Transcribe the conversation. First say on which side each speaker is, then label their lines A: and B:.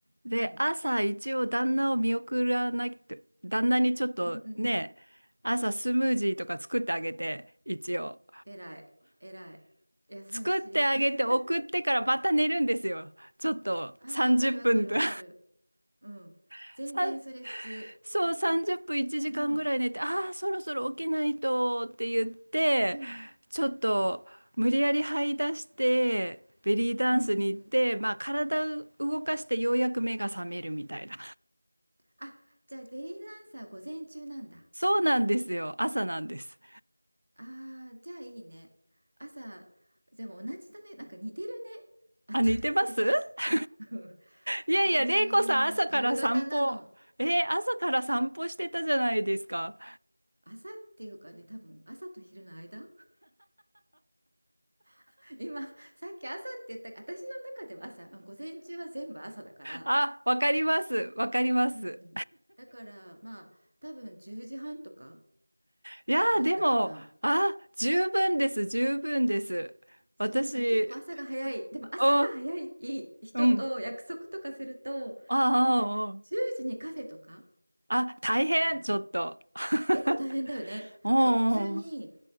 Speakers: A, on the right; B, on the right.
A: で、
B: うん。
A: 朝一応旦那を見送らなきゃ、旦那にちょっとね、
B: うんうんうん。
A: 朝スムージーとか作ってあげて、一応。
B: 偉い。偉い。優しい。
A: 作ってあげて送ってからまた寝るんですよ。
B: <laughs>
A: ちょっと30分とか。
B: ああ、わかるわかるわかる。うん。
A: <laughs>
B: 全然それ普通。
A: さんそう、30分1時間ぐらい寝て、
B: うん。
A: ああ、そろそろ起きないとって言って、
B: うん。
A: ちょっと無理やり這い出して、ベリーダンスに行って、
B: うんうんうん。
A: まあ体を動かしてようやく目が覚めるみたいな。
B: あ、じゃあベリーダンサー午前中なんだ。
A: そうなんですよ。朝なんです。
B: ああ、じゃあいいね。朝、でも同じだね。なんか似てるね。あた
A: あ、似てます <laughs>
B: <laughs> うん
A: いやいや、
B: 私もね、
A: 玲子さん朝から散歩。
B: 夜型なの。
A: えー朝から散歩してたじゃないですか。
B: 朝っていうかね、多分朝と昼の間。<laughs> 今、さっき朝って言った、私の中では朝、あ午前中は全部朝だから。
A: あ、わかります。わかります。
B: うん。だから、まあ、多分10時半とか
A: いやー、
B: だったかな。
A: でも、あ、十分です。十分です。
B: そう、
A: 私、
B: だから結構朝が早い。でも朝が早い人と約束とかすると、
A: お、うん。あ
B: なんか10時にカフェとか、
A: あ、ああ、あ、大変、
B: あの、
A: ちょっと。<laughs>
B: 結構大変だよね。
A: お
B: なんか普通に、
A: うおう、